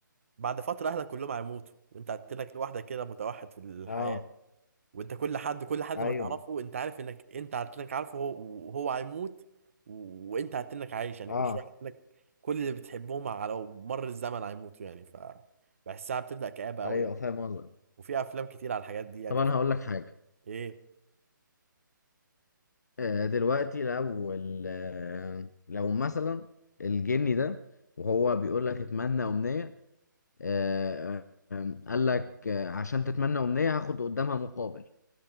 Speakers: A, on the right (about 40°); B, on the left (about 55°).
A: بعد فتره اهلك كلهم هيموتوا وانت هتتلك لوحدك كده متوحد في الحياه
B: اه
A: وانت كل حد كل حد
B: ايوه
A: ما تعرفه انت عارف انك انت هتتلك عارفه هو- وهو هيموت و- وانت هتتلك عايش يعني
B: اه
A: كل شويه هتتلك كل اللي بتحبهم على مر الزمن هيموتوا يعني ف بحسها بتبدا كآبه قوي
B: ايوه
A: يعني
B: فاهم قصدك
A: وفي افلام كتير على الحاجات دي يعني
B: طب انا هقول لك حاجة
A: ايه
B: آه، دلوقتي لو ال- آه، لو مثلا الجني ده وهو بيقول لك اتمنى امنية آه، آه، قال لك آه، عشان تتمنى امنية هاخد قدامها مقابل